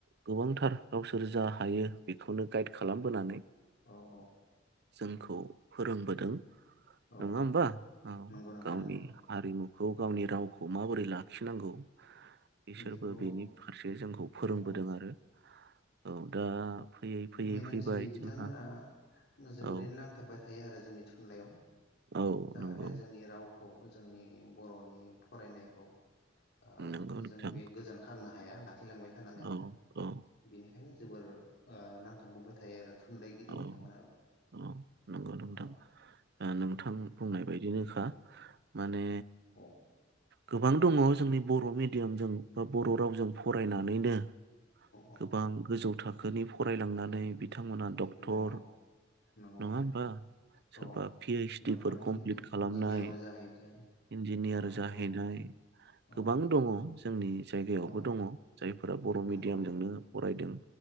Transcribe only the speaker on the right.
गोबांथार गावसोर जा हायो बेखौनो गाइड खालामबोनानै
जोंखौ फोरोंबोदों।
नङा
होमबा? औ।
गावनि
हारि नुखौ गावनि रावखौ माबोरै लाखिनांगौ इसोरबो
बेनि फारसे जोंखौ
फोरोंबोदों आरो औ दा फैयै फैयै
फैबाय
जोंहा
औ
औ
नंगौ
नंगौ नोंथां
औ औ
औ
औ नंगौ नोंथां
नोंथां बुंनाय बायदिनोखा। माने
गोबां दङ जोंनि बर' मिडियामजों बा बर' रावजों फरायनानैनो
गोबां गोजौ थाखो थाखोनि फरायलांनानै बिथांमोना दं डक्टर
नङा
होमबा? सोरबा
पि एस डि
फोर कमप्लिट खालामनाय
इन्जिनियार
जाहैनाय
गोबां दङ जोंनि जायगायावबो
दङ। जायफोरा बर'
मिडियामजोंनो
फरायदों